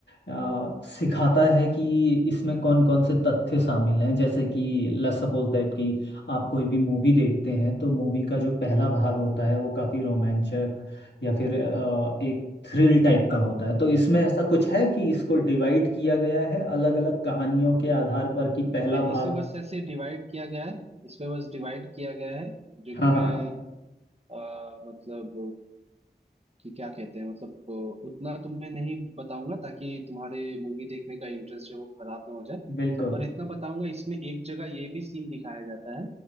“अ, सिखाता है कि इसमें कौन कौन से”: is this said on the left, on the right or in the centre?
Left